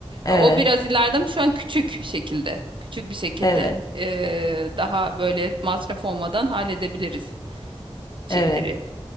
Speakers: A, on the left (about 35°); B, on the right (about 50°).
A: Evet.
B: O biraz ileride ama şu an küçük şekilde. Küçük bir şekilde
A: Evet.
B: e, daha böyle masraf olmadan halledebiliriz çiftleri.
A: Evet.